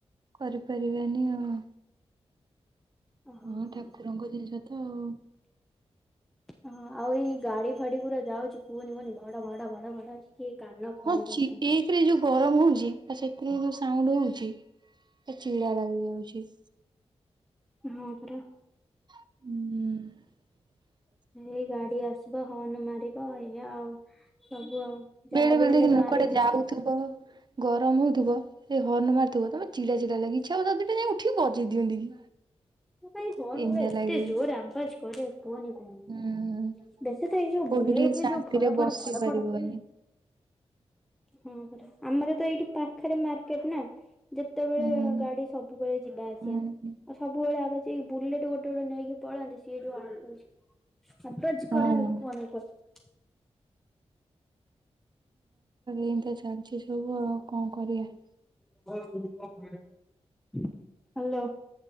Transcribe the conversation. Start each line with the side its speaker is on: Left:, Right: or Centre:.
Right: କରିପାରିବାନି ଆଉ
Centre: ଓହୋ।
Right: ହଁ ଠାକୁରଙ୍କ ଜିନିଷ ତ ଆଉ।
Centre: ହଁ ଆଉ ଏଇ ଗାଡି ଫାଡି ପୁରା ଯାଉଛି କୁହନି କୁହନି ଭଡ, ଭଡ, ଭଡ, ଭଡ କାନ କଣ
Right: ହଉଛି
Centre: କରିଦଉଛି।
Right: ଏଇଥିରେ ଯୋଉ ଗରମ ହଉଛି ଆ ସେଥିରେ ଯୋଉ ସାଉଣ୍ଡ ହଉଛି ଚିଡା ଲାଗି ଯାଉଛି।
Centre: ହଁ ପରା।
Right: ହଁ <inaudible>
Centre: ଏଇ ଗାଡି ଆସ ଯିବ ହର୍ଣ ମାରିବ ଏଇ ଆଉ ସବୁ ଆଉ ଯାହାବି
Right: ବେଳେ ବେଳେ
Centre: ହେଲେ ଗାଁରେ
Right: କୁଆଡେ
Centre: ଡିସ୍
Right: ଯାଉଥିବ ଗରମ ହଉଥିବ ସେ ହର୍ଣ୍ଣ ମାରିଥିବ ତମେ ଚିଡା ଚିଡା ଲାଗିଛି ଆଉ ତା ଦିଟା ଯାଇ ଉଠିକି ବଜେଇ ଦିଅନ୍ତି କି?
Centre: ଭାଇ ହଁ
Right: ଏମିତିଆ
Centre: ଏତେ
Right: ଲାଗିବ
Centre: ଜୋର ଆବାଜ କରେ କୁହନି କୁହନି
Right: ହୁଁ
Centre: ବେଶୀ ତ ଏଇ ଯୋଉ
Right: କୋଉଠି
Centre: ବୁଲେଟ
Right: ଟିକେ ଶାନ୍ତିରେ
Centre: ରେ ଯୋଉ ଫଡ,
Right: ବସି
Centre: ଫଡ, ଫଡ,
Right: ପାରିବନି।
Centre: ଫଡ ହୁଏନି ହଁ ପରା ଆମର ତ ଏଇଠି ପାଖରେ ମାର୍କେଟ ନା ଯେତେବେଳେ
Right: ହୁଁ
Centre: ଗାଡି ସବୁବେଳେ ଯିବା ଆସିବା
Right: ହୁଁ।
Centre: ଆଉ ସବୁ ସବୁବେଳେ ସେ ବୁଲେଟ ଗୋଟେ ଗୋଟେ ନେଇକି ପଳାନ୍ତି ସିଏ ଯୋଉ ଆ ଆବାଜ
Right: ହଁ
Centre: କରେ କୁଅନା କୁଅନା
Right: ଏମତି ଚାଲିଛି ସବୁ ଆଉ କଣ କରିବା?
Centre: ହ୍ୟାଲୋ।